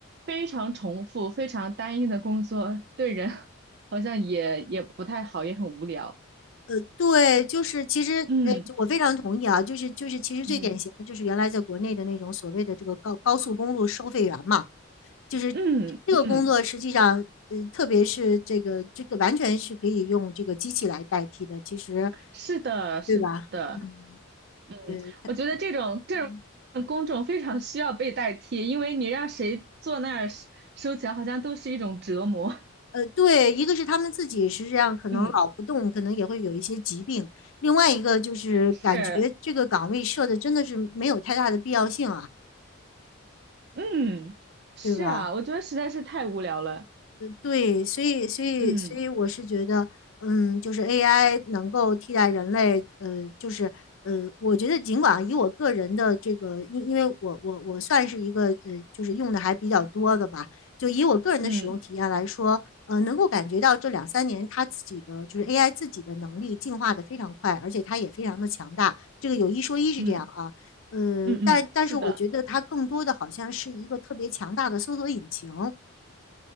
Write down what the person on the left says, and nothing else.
呃，对，就是其实呃，
就我非常同意啊，就是就是其实最典型的就是原来在国内的那种所谓的这个高高速公路收费员嘛，
就是
这个工作实际上，呃，特别是这个这个完全是可以用这个机器来代替的，其实
对吧？嗯，
对它。
嗯
呃，对，一个是他们自己实是这样，可能老不动，
可能也会有一些疾病；另外一个就是感觉这个岗位设的真的是没有太大的必要性啊，
对吧？
对，所以所以所以我是觉得，
嗯，就是 AI 能够替代人类，呃，就是呃，我觉得尽管以我个人的这个，因因为我我我算是一个呃，就是用的还比较多的吧，就以我个人的使用体验来说，
呃，能够感觉到这两三年它自己的就是 AI 自己的能力进化的非常快，而且它也非常的强大，这个有一说一是这样啊，
呃，
但但是我觉得它更多的好像是一个特别强大的搜索引擎，